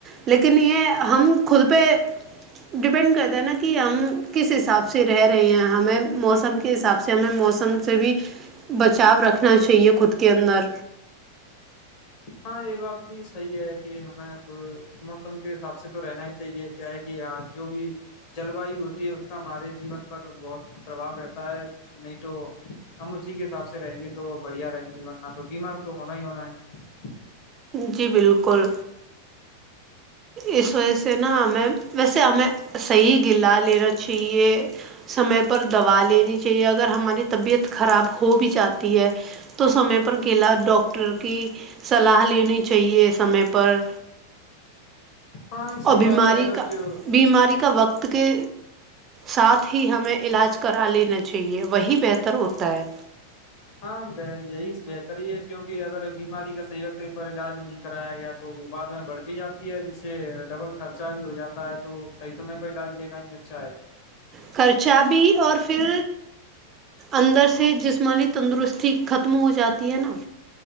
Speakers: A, on the right (about 30°); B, on the left (about 45°).
A: لیکن یہ ہم خود پہ ڈپینڈ کرتے ہیں نا کہ ہم کس حساب سے رہ رہے ہیں ہمیں موسم کے حساب سے ہمیں موسم سے بھی بچاؤ رکھنا چاہیے خود کے اندر
B: ہاں یہ بات بھی صحیح ہے کہ ہمیں موسم کے حساب سے تو رہنا ہی چاہیے کیا ہے کہ جو بھی جلوایو ہوتی ہے اس کا ہمارے جیون پر بہت پرباؤ رہتا ہے نہیں تو ہم اسی کے حساب سے رہیں گے تو بڑھیا رہیں گے ورنہ تو بیمار تو ہونا ہی ہونا ہے
A: جی بالکل اس وجہ سے نا ہمیں ویسے ہمیں صحیح گلا لینا چاہیے سمے پر دوا لینی چاہیے اگر ہماری طبیعت خراب ہو بھی جاتی ہے تو سمے پر گلا ڈاکٹر کی صلاح لینی چاہیے سمے پر
B: ہاں صحیح
A: اور بیماری
B: بات ہے اگر
A: کا
B: جو
A: بیماری کا وقت کے ساتھ ہی ہمیں علاج کرا لینا چاہیے وہی بہتر ہوتا ہے
B: ہاں یہی بہتر ہی ہے کیوںکہ اگر بیماری کا صحی وقت پر علاج نہیں کرایا گیا تو وہ بعد میں بڑھ بھی جاتی ہے جس سے ڈبل خرچہ بھی ہو جاتا ہے تو صحیح سمے پ علاج لینا ہی اچھا ہے
A: خرچہ بھی اور پھر اندر سے سے جسمانی تندرستی ختم ہو جاتی ہے نا